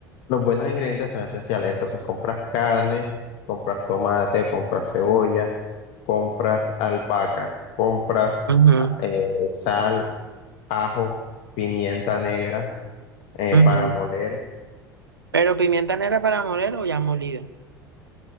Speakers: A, on the left; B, on the right.
A: Los buenos ingredientes son esenciales. Entonces compras carne, compras tomate, compras cebolla, compras albahaca, compras
B: ujú,
A: eh, sal, ajo, pimienta negra eh,
B: ujú.
A: para moler.
B: Pero pimienta negra para moler o ya molida.